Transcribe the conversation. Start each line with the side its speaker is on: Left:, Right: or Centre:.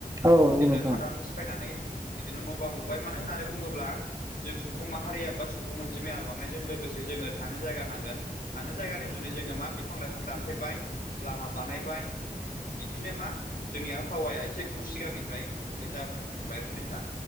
Right: औ
Left: बिदिनो
Right: नंगौ नोंथां
Left: हादान सिफायनानै बिदिनो न' बां लुबाय मानो होननानै बुंङोब्ला जों सुबुं माहारिया बा सुबुं अनजिमाया बांनायजों लोगोसे जोंङो थानो जागा नांगोन थानो जायगानि जुनै जोंङो मा बिफां लाइफां दानफेबाय लामा बानायबाय बिदिनो मा जोंनि आबहावाया से गु सिगांनिफ्राय गुबुंले जानो हमबाय आरोखि नोंथां